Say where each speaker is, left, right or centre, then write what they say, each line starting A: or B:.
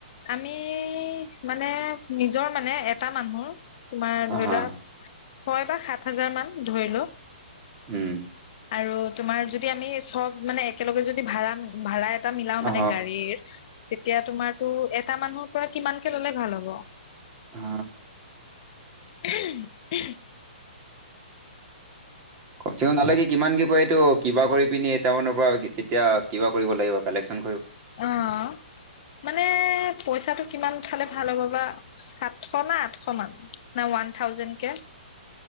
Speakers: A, on the left; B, on the right.
A: আমি মানে নিজৰ মানে এটা মানুহ তোমাৰ
B: হা
A: ধৰি লোৱা ছয় বা সাত হাজাৰ মান ধৰি ল'।
B: উম
A: আৰু তোমাৰ যদি আমি চব মানে। একেলগে যদি ভাড়া ভাড়া। এটা মিলাও
B: অ
A: মানে গাড়ীৰ। তেতিয়া তোমাৰ ত' এটা মানুহৰ পৰা কিমানকে ললে ভাল হ'ব?
B: অ,
A: উ
B: কম চে কম নালাগে কিমান কি কয় এইটো কিবা কৰি পিনে এটামানৰ পৰা তেতিয়া কিবা কৰিব লাগিব কালেকচন।
A: অ', মানে পইচাটো কিমান উঠালে ভাল হ'ব বা, সাতশ না আঠশ মান? না ওৱান থাউজেণ্ডকে?